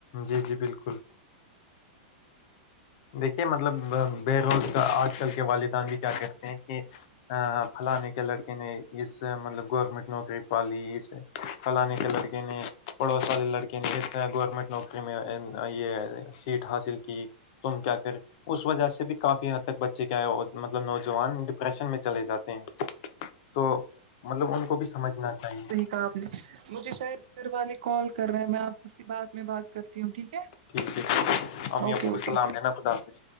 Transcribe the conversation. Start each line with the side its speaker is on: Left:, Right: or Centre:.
Left: جی جی بالکل دیکھیے مطلب بے روزگار آج کل کے والدین بھی کیا کہتے ہیں کہ ا فلانے کے لڑکے نے اس سے مطلب گورنمنٹ نوکری پا لی اس فلانے کے لڑکے نے پڑوس والے لڑکے نے اس طرح گورنمنٹ نوکری میں یہ سیٹ حاصل کی تم کیا کرے اس وجہ سے بھی کافی حد تک بچے کیا ہے مطلب نوجوان ڈپریشن میں چلے جاتے ہیں تو مطلب ان کو بھی سمجھنا چاہیے
Right: کابلش مجھے شاید گھر والے کال کر رہے ہیں میں آپ کوسی بعد میں بات کرتی ہوں ٹھیک ہے
Left: ٹھیک ہے امی
Right: اوکے
Left: ابو
Right: اوکے
Left: کو سلام دینا خدا حافظ